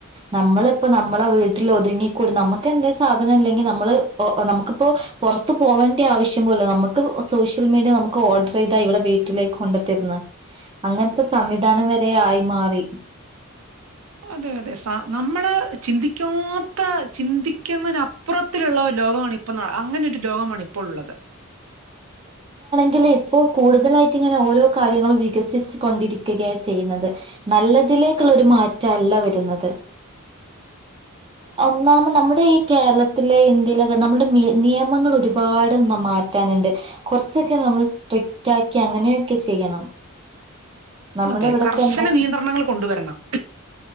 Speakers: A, on the right; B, on the right.
A: നമ്മള്പ്പോ നമ്മളെ വീട്ടിൽ ഒതുങ്ങിക്കൂടി നമക്ക് എന്തെ സാധനം ഇല്ലെങ്കി നമ്മൾ നമുക്കിപ്പോ പൊറ്ത്തു പോവേണ്ട്യ ആവശ്യം പോലു ഇല്ല നമ്മക് ക്ക്സോഷ്യൽ മീഡിയ നമുക്ക് ഓർഡർ ചെയ്താ ഇവിടെ വീട്ടിലേക്ക് കൊണ്ടത്തരിന്ന് അങ്ങനത്തെ സംവിധാനം വരെ ആയി മാറി
B: <unintelligible> ദേതദേസ നമ്മള് ചിന്തിക്കാത്ത ചിന്തിക്കുന്നന്പ്പുറത്തിലുള്ള ലോകമാണ് ഇപ്പോ നട അങ്ങനെരു രോകമാണ് ഇപ്പോൾ ഉള്ളത്
A: ഗിലിം <unintelligible> ഇപ്പോ കൂടുതലായിട്ടിങ്ങനെ ഓരോ കാര്യങ്ങളും വികസിച്ച് കൊണ്ടിരിക്കുകയാ ചെയ്യുന്നത് നല്ലതിലേക്കുള്ള ഒരു മാറ്റല്ല വരുന്നത് ന്നാമ് നമ്മുടെ ഈ കേരളത്തിലെ ഇന്ത്യയിലൊക്കെ നമ്മുടെ നിയമങ്ങൾ ഒരുപാട് ന മാറ്റാനുണ്ട് കൊറച്ചൊക്കെ നമ്മൾ സ്ട്രിക്റ്റ് ആക്കി അങ്ങനെയൊക്കെ ചെയ്യണം നമ്മുടെ
B: അതെ
A: ഇവിടെ
B: കർശന
A: തന്നെ
B: നിയന്ത്രണങ്ങൾ കൊണ്ടുവരണം